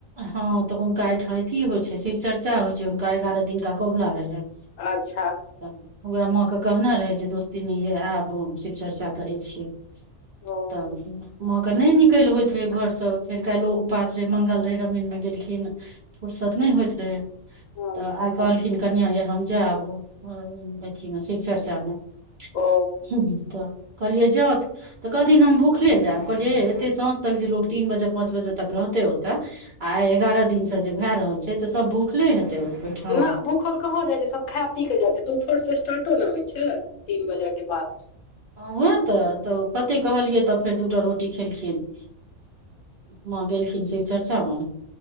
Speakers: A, on the right (about 70°); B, on the left (about 75°).
A: हँ तऽ हुनका एहिठाम अथी होइ छै शिव चर्चा होइ छै हुनका एगारह दिनका कोबला रहै
B: अच्छा
A: तऽ उएह माँ कऽ कहने रहै जे दोस्तीनी ऐब शिव चर्चा करै छि <inaudible>
B: ओ
A: तऽ माँ कऽ नै निकैल होइत रहे घर स फेर काइलो उपास रहय मंगल रहय रामायण में गेलखिन फुुरसत नै होइत रहै
B: हँ
A: तऽ आइ कहलखिन कनिया यै हम जैब अथी मे शिव चर्चा मे
B: ओ
A: <inaudible> तऽ कहलियै जाउथ तऽ कहथिन हम भुखले जैब कहलियै हे एतेक साँझ तक जे लोको तीन बजे पाँच बजे तक रहतै ओतऽ आइ एगारह दिन से जे भए रहल छै तऽ सब भूखले हेतै ओ ओइठाम
B: ना भूखल कहाँ जाइ छै सब खै पी के जाइ छै दुपहर से स्टार्टो न होइ छै तीन बजे केँ बाद
A: हँ वैह तऽ तऽ कते कहलियै तऽ फेर दूटा रोटी खेलखिन माँ गेलखिन शिवचर्चा मऽ